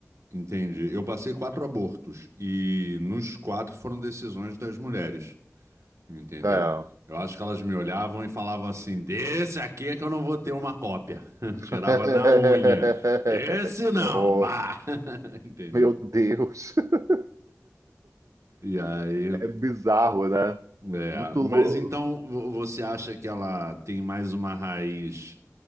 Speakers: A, on the right; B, on the right.
A: entende? Eu passei quatro abortos e nos quatro foram decisões das mulheres. entendeu?
B: É.
A: Eu acho que elas me olhavam e falavam assim: desse aqui é que eu não vou ter uma cópia. <laughs>
B: <laughs>
A: Tirava na unha. Esse
B: Que
A: não,
B: horror.
A: bah! <laughs> Entendeu?
B: Meu Deus, <laughs>
A: E aí,
B: é bizarro, né?
A: é.
B: Muito.
A: Mas
B: lú-
A: então vo- você acha que ela tem mais uma raiz?